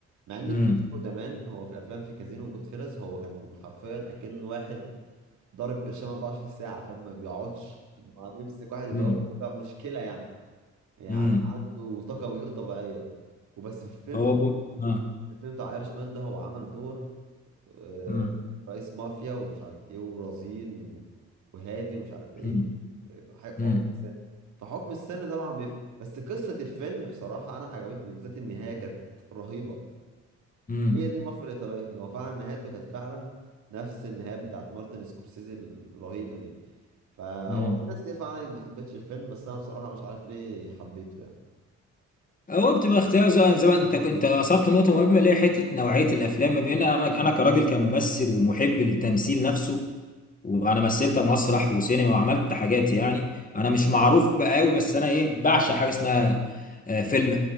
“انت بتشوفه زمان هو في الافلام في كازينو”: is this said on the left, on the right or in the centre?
Right